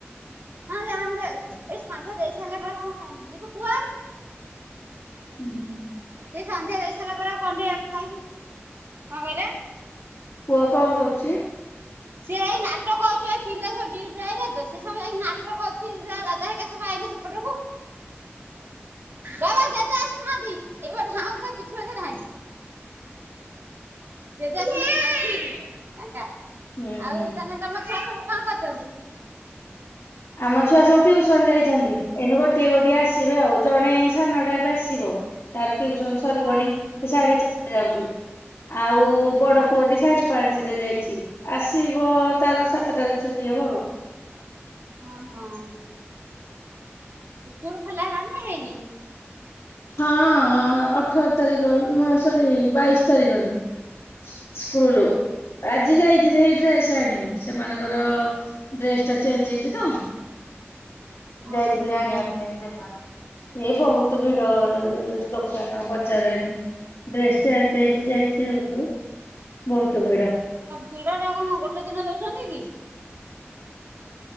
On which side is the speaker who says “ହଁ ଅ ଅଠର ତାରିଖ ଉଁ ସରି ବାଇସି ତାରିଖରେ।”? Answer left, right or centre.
Left